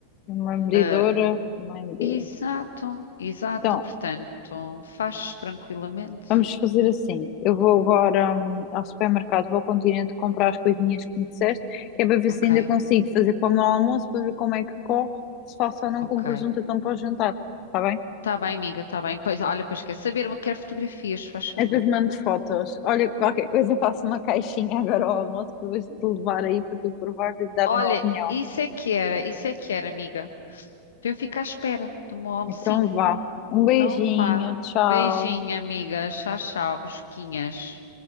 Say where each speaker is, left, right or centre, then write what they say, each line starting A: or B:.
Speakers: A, on the left; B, on the left.
A: uma medidora
B: ah,
A: também de.
B: exato, exato.
A: Então,
B: Portanto, fazes tranquilamente.
A: vamos fazer assim. Eu vou agora, hum, ao supermercado, vou ao Continente comprar as coisinhas que me disseste, que é para ver
B: Ok,
A: se ainda consigo fazer para o meu almoço, para ver como é que corre, se faço ou não
B: ok.
A: com presunto então para o jantar, está bem?
B: Tá bem, amiga, tá bem. Pois, olha, pois quer saber, mas quero fotografias, faz favor.
A: E depois mando fotos. Olha, qualquer coisa <laughs> eu faço uma caixinha agora ao almoço para depois te levar aí para tu provares e te dar
B: Olha,
A: uma opinião.
B: isso é que era, isso é que era, amiga. Para eu ficar à espera do meu almocinho.
A: Então vá. Um beijinho,
B: Então vá.
A: tchau.
B: Beijinho, amiga. Tchau, tchau, besquinhas.